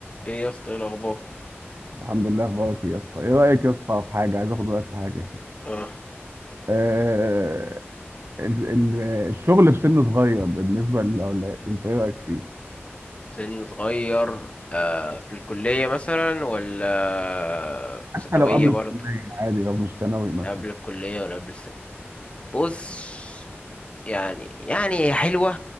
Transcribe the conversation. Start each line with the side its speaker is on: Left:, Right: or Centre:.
Left: ايه يا اسطى ايه الاخبار
Right: الحمد لله اخبارك ايه يا اسطى ايه رايك يا اسطى في حاجه عايز اخد رايك في حاجه كده
Left: اه
Right: آه ال- ال- الشغل في سن صغير بالنسبه للاولاد انت ايه رايك فيه
Left: سن صغير آه في الكلية مثلا ولا ثانوية
Right: حتى لو قبل
Left: برضه
Right: الكليه عادي لو مش ثانوي مثلا
Left: لا قبل الكلية ولا قبل السنة بص يعني يعني هي حلوة